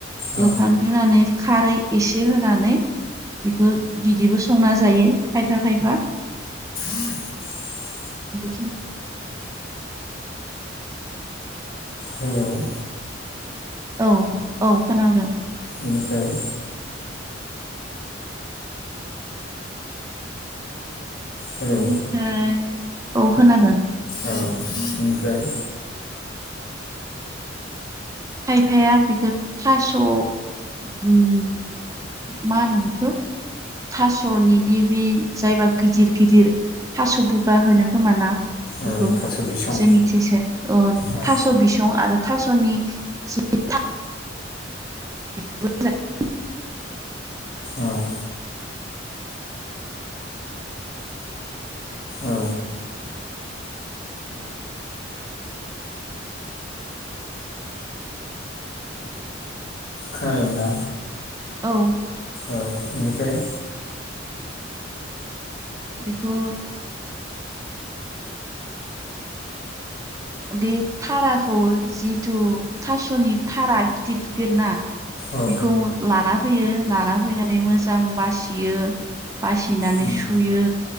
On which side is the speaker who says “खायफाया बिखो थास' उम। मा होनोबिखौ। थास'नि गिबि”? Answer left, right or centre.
Right